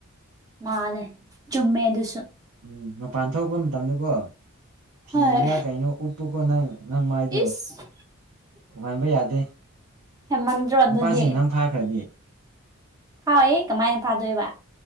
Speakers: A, on the right; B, on the right.
A: ꯃꯥꯅꯦ ꯆꯨꯝꯃꯦ ꯑꯗꯨꯁꯨ
B: ꯎꯝ ꯃꯄꯥꯟ ꯊꯣꯛꯄ ꯃꯇꯝꯗꯀꯣ ꯐꯤꯔꯥ
A: ꯍꯣꯏ
B: ꯀꯩꯅꯣ ꯎꯞꯄꯨꯀꯣ ꯅꯪ ꯅꯪ ꯃꯥꯏꯗꯣ
A: ꯏꯁ
B: ꯎꯍꯟꯕ ꯌꯥꯗꯦ
A: ꯍꯦꯃꯟꯗ꯭ꯔꯣ
B: ꯅꯨꯄꯥꯁꯤꯡ
A: ꯑꯗꯨꯗꯤ
B: ꯅꯪ ꯐꯥꯈ꯭ꯔꯗꯤ
A: ꯍꯥꯌꯦ ꯀꯃꯥꯏꯅ ꯐꯥꯗꯣꯏꯕ